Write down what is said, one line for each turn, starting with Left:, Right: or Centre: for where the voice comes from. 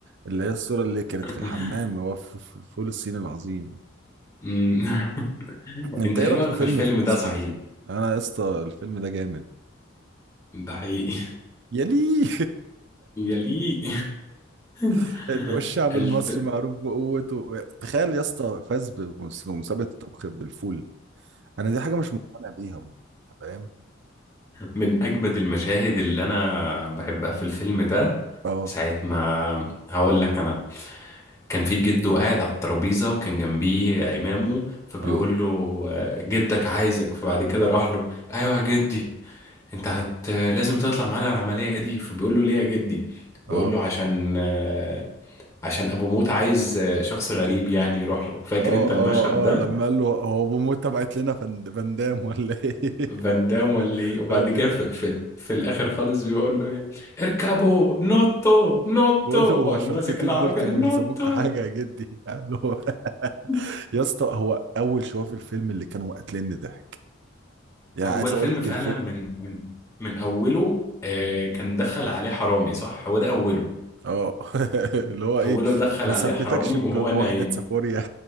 Right: اللي هي الصورة اللي كانت
Left: <laughs>
Right: في الحمام هو في في- في فول الصين العظيم
Left: أمم. <laughs>
Right: انت
Left: أنت
Right: ايه
Left: إيه
Right: رايك
Left: رأيك
Right: في فيلم
Left: في الفيلم
Right: فول
Left: ده
Right: الصين
Left: صحيح؟
Right: العظيم انا يا اسطى الفيلم ده جامد
Left: ده حقيقي
Right: يا ليه
Left: <laughs> يليق <laughs>
Right: <laughs> والشعب
Left: الف...
Right: المصري معروف بقوته تخيل يا اسطى فاز بمس- بمسابقه الطبخ بالفول انا دي حاجه مش مقتنع بيها برضه، انت فاهم
Left: من أجمد المشاهد اللي أنا بحبها في الفيلم ده
Right: اه
Left: ساعة ما هقول لك أنا كان في جده قاعد على الترابيزة وكان جنبيه عمامه فبيقول
Right: اه
Left: له آه، جدك عايزك فبعد كده راح له ايوه يا جدي انت هت لازم تطلع معانا العملية دي فبيقول له ليه يا جدي بيقول
Right: اه
Left: له عشان آه، عشان ابو موت عايز آه، شخص غريب يعني يروح له فاكر
Right: اه
Left: انت المشهد
Right: اه
Left: ده
Right: اه لما قال له هو بموتة بعت لنا فند- فندام ولا ايه
Left: فان
Right: <laughs>
Left: دام ولا ايه وبعد
Right: قال
Left: كده
Right: لي
Left: في,
Right: يا اسطى
Left: في, في الاخر خالص بيقول له إيه؟ اركبوا نوتو نوتو
Right: بقول
Left: وقام
Right: له هو الشلطتين
Left: ماسك العربية
Right: دول كانوا
Left: نوتو
Right: يلزموك في حاجه يا جدي قال له
Left: <laughs>
Right: <laughs> يا اسطى هو اول شويه في الفيلم اللي كانوا قاتليني ضحك يعني
Left: هو
Right: عايز
Left: الفيلم
Right: اقول لك
Left: فعلا
Right: الفيلم
Left: من من من اوله آه كان دخل عليه حرامي صح هو ده اوله
Right: اه <laughs> اللي هو ايه
Left: اوله دخل
Right: ما
Left: عليه
Right: ثبتكش
Left: حرامي
Right: ب-
Left: وهو
Right: بواحدة
Left: نايم
Right: سافوريا